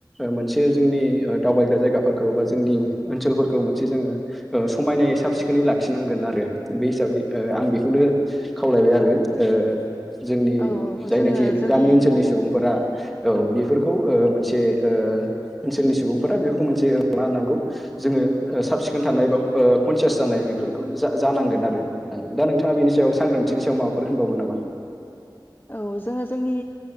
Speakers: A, in the centre; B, on the left.
A: मोनसे जोंनि दावबायग्रा जायगाफोरखौ बा जोंनि ओनसोलफोरखौ मोनसे जोङो ओ समायनाय साब सिखोन बेखौै लाखिनांगोन आरो बे हिसाबै आं बेखौनो खावलायबाय आरो ओ जोंनि
B: औ औ
A: जायनाखि
B: जोङो जोंनि
A: गामि ओनसोलनि सुबुंफोरा औ बेफोरखौ ओ मोनसे ओ ओनसोलनि सुबुंफोरा बेफोरखौ मोनसे ल होन नांगौ जोङो साब सिखोन थानाय बा कनसियास जानाय बेफोरखौ जा जानांगोन आरो आं दा नोंथाङा बेनि सायाव सांग्रांथिनि सायाव माबाफोर होनबावगोन नामा?
B: औ जोङो जोंनि